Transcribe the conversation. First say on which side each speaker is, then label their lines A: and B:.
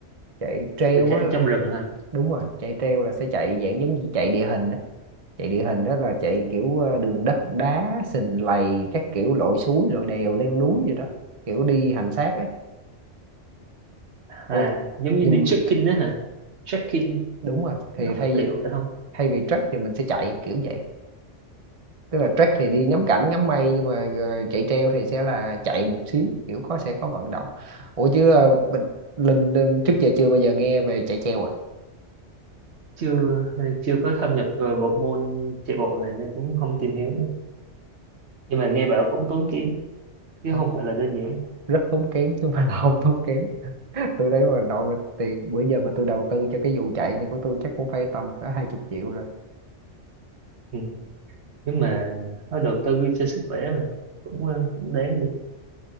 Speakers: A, on the right (about 30°); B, on the right (about 65°).
A: chạy treo
B: là chạy
A: á
B: trong rừng hả
A: đúng rồi chạy treo là sẽ chạy dạng giống như chạy địa hình á chạy địa hình đó là chạy kiểu ờ, đường đất đá sình lầy các kiểu lội suối lội đèo leo núi gì đó kiểu đi hành xác ấy
B: à
A: ôi
B: giống như
A: nhưng
B: đi trekking đó hả trekking
A: đúng rồi thì
B: nó
A: thay
B: phát
A: vì
B: kiểu vậy không
A: thay vì trek thì mình sẽ chạy kiểu vậy tức là trek thì đi ngắm cảnh ngắm mây nhưng mà ờ, chạy treo thì sẽ là chạy một xíu kiểu có sẽ có vận động ủa chứ ờ, mình Linh, Linh trước giờ chưa bao giờ nghe về chạy treo à
B: chưa chưa có thâm nhập vào bộ môn chạy bộ này nên cũng không tìm hiểu nữa nhưng mà nghe bảo cũng tốn kém chứ
A: không
B: không phải là đơn giản
A: rất tốn kém chứ không phải là không tốn kém tôi đấy mà nội mà tiền bữa giờ mà tôi đầu tư cho cái vụ chạy này của tôi chắc cũng phải tầm cả hai chục triệu rồi
B: ừ. nhưng mà nói đầu tư cho sức khỏe mà cũng ờ, cũng đáng đi